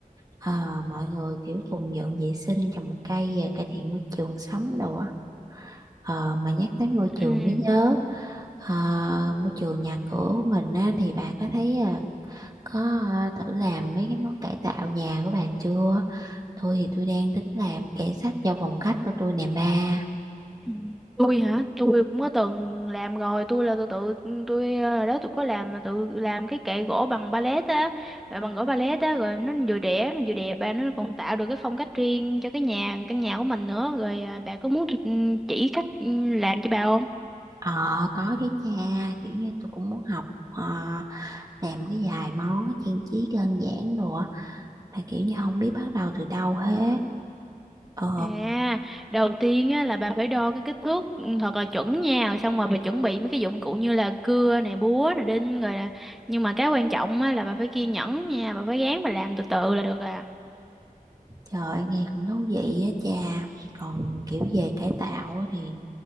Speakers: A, on the right (about 25°); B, in the centre.
A: Ờ, mọi người kiểu cùng dọn vệ sinh trồng một cây à, cải thiện môi trường sống đồ á Ờ, mà nhắc tới môi
B: Ừ.
A: trường mới nhớ ờ, môi trường nhà cửa của mình á, thì bà có thấy à, có à, thử làm mấy cái món cải tạo nhà của bà chưa? Tôi thì tôi đang tính làm kệ sách cho phòng khách của tôi nè ba.
B: Ừ. tôi hả tôi cũng có từng làm rồi tôi là tôi tự tôi ờ, đó tôi có làm mà tự làm cái kệ gỗ bằng pallet á ờ, bằng gỗ pallet á rồi nó vừa rẻ mà vừa đẹp bà nó còn tạo được cái phong cách riêng cho cái nhà căn nhà của mình nữa rồi ờ, bà có muốn tôi, ừ, chỉ cách ừ, làm cho bà không
A: Ờ có chứ cha, kiểu như tôi cũng muốn học ờ, làm cái vài món trang trí đơn giản đồ á, mà kiểu như không biết bắt đầu từ đâu hết. Ờ
B: à đầu tiên á là bà phải đo cái kích thước ừ, thật là chuẩn nha rồi xong rồi bà chuẩn bị mấy cái dụng cụ như là cưa nè búa nè đinh rồi là nhưng mà cái quan trọng á là bà phải kiên nhẫn nha bà phải gán bà làm từ từ là được à
A: trời ơi, nghe cũng thú vị á cha. Còn kiểu về cải tạo á thì